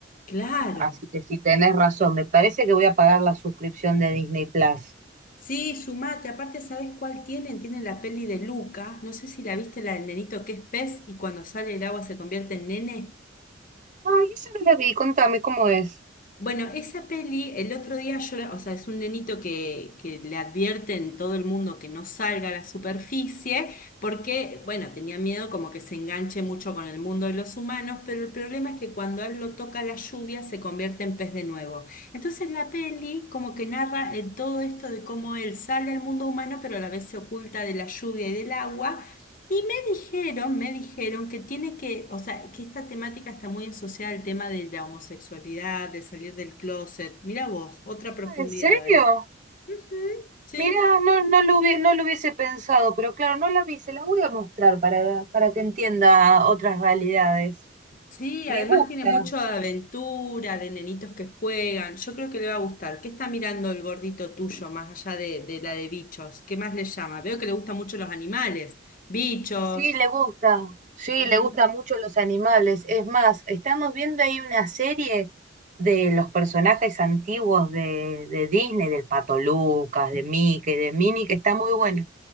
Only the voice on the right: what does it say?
Así que si tenés razón. Me parece que voy a pagar la suscripción de Disney Plus.
Ay, esa no la vi. Contame cómo es.
Ah, ¿En serio?
Mira, no, no lo hubie- no lo hubiese pensado, pero claro, no la vi. Se la voy a mostrar para, para que entienda otras realidades.
Me
gusta.
Sí, le gusta. Sí,
le gustan mucho los animales. Es más, estamos viendo ahí una serie de los personajes antiguos de, de Disney, del Pato Lucas, de Mickey, de Minnie, que está muy buena.